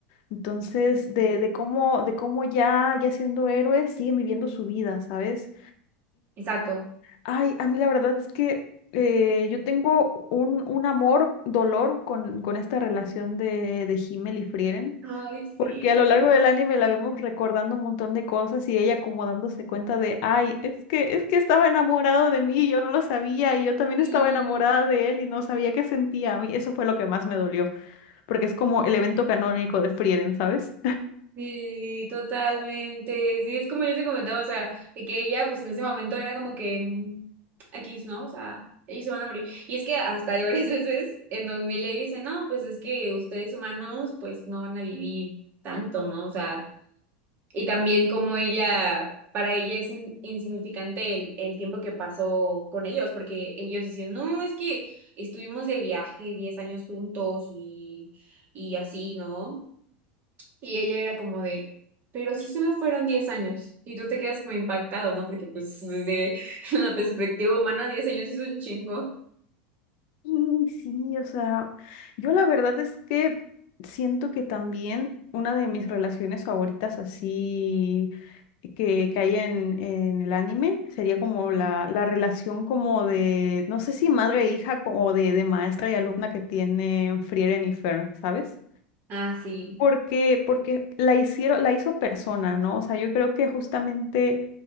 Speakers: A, on the left (about 60°); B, on the right (about 35°).
A: Entonces, de, de cómo, de cómo ya, ya siendo héroes, siguen viviendo su vida, ¿sabes?
B: Exacto.
A: Ay, a mí la verdad es que eh, yo tengo un, un amor, dolor con, con esta relación de, de Himmel y Frieren,
B: Ay, sí,
A: porque a lo largo
B: la verdad.
A: del anime la vemos recordando un montón de cosas y ella como dándose cuenta de, ay, es que, es que estaba enamorado de mí y yo no lo sabía y yo también
B: Sí,
A: estaba enamorada de él y no sabía qué sentía a mí. Eso fue lo que más me dolió, porque es como el evento canónico de Frieren, ¿sabes?
B: Sí, totalmente. Sí, es como yo te comentaba, o sea, de que ella, pues en ese momento era como que mm, aquí, ¿no? O sea, ellos se van a morir. Y es que hasta hay varias <laughs> veces en donde ella dice, no, pues es que ustedes humanos, pues no van a vivir tanto, ¿no? O sea, y también como ella, para ella es in- insignificante el, el tiempo que pasó con ellos, porque ellos dicen, no, es que estuvimos de viaje 10 años juntos y, y así, ¿no? Y ella era como de, pero si solo fueron 10 años. Y tú te quedas como impactado, ¿no? Porque pues desde <laughs> la perspectiva humana, 10 años es un chingo.
A: Y sí, o sea, yo la verdad es que siento que también una de mis relaciones favoritas así que, que hay en, en el anime sería como la,
B: Ujú.
A: la relación como de, no sé si madre e hija co- o de, de maestra y alumna que tienen Frieren y Fern, ¿sabes?
B: Ah, sí.
A: Porque, porque la hicieron, la hizo persona, ¿no? O sea, yo creo que justamente